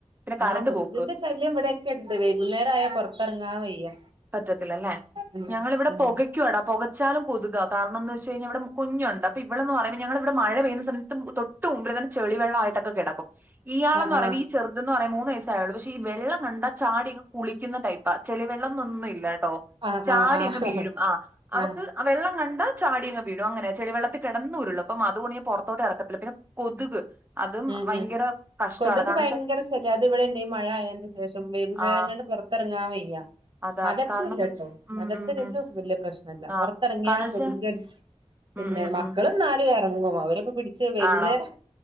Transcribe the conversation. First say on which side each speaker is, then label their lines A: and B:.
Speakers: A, on the right (about 15°); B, on the right (about 45°).
A: പിന്നെ കറണ്ട്
B: ആഹ് കൊതുകിന്റെ
A: പോക്ക്
B: ശല്യം ഇ വിടെയൊക്കെ ഇണ്ട് വൈകുന്നേരം ആയാ പുറത്തറങ്ങാൻ വയ്യ.
A: ഒകത്തില്ലല്ലേ
B: ഉം
A: ഞങ്ങളിവിടെ
B: ഉം
A: പോകയ്ക്കുടാ പോകച്ചാലും കൊതുകാ കാരണം ന്ന്‌വെച്ച് കഴിഞ്ഞ ഇവിടെ കുഞ്ഞുണ്ട് അപ്പ ഇവള്ന്ന്റയുമ്പോ ഞങ്ങളെ ഇവിടെ മഴ പെയ്യുന്നമയത്ത് തൊട്ട് മുമ്പിൽ തന്നെ ചെളിവെള്ള ആയിട്ടക്കെ കേടക്കും. ഇയാള്
B: ആഹ്
A: എന്ന് പറയൂമ്പോ ഈ ചെറു ഇതന്ന് പറയാ മൂന്ന് വയസായേ ഒള്ളൂ പക്ഷെഈ വെള്ളം കണ്ടാ ചാടിങ്ങ് കുളിക്കുന്നട്ടയ്പ്പാ ചെളി വെള്ളം എന്ന് ഒന്നും ഇല്ല ഇല്ലട്ടോ
B: ആഹ്
A: ചാടിങ്ങ്
B: ആഹ് ആഹ് ആഹ്
A: വിഴും ആ അവക്ക്
B: ആഹ്
A: വെള്ളം കണ്ട ചാടിങ്ങ് വീഴും അങ്ങനെ ചെളി വെള്ളത്തി കെടന്നൂരുള്ളൂ അപ്പൊ അത് കൊണ്ട് ഞാൻ പോറത്തോട്ട് എറക്കത്തില്ല പിന്നെ കൊതുക്. അതും
B: ഉം
A: ഭയങ്കര
B: ഉം
A: കഷ്ടമാണ്
B: കൊതുക്
A: കാരണം
B: ഭയങ്കര
A: വെച്ചാ
B: ശല്യ അത് ഇവിടെണ്ട് ഈ മഴ ആയതിന്റെ ശേഷം വൈകുന്നേരങ്ങളും.
A: ആ
B: പുറത്തറങ്ങാൻ വയ്യ.
A: അതാ
B: അകത്ത്
A: കാരണംന്ന്
B: ഇല്ലട്ടോ
A: ഉം
B: അകത്ത്
A: ഉം
B: ഇടലും
A: ഉം
B: വല്യയ പ്രശ്നല്ല
A: ആ
B: പൊറത്തിറങ്ങിയാ
A: കാരണം വെച്ചാ
B: കൊതുക് കടി പിന്നെ
A: ഉം ഉം
B: മക്കളും
A: ഉം
B: ഇന്നാലു എറങ്ങും അവരെ ഒക്കെ പിടിച്ച് വൈകുന്നേരം.
A: ആണോ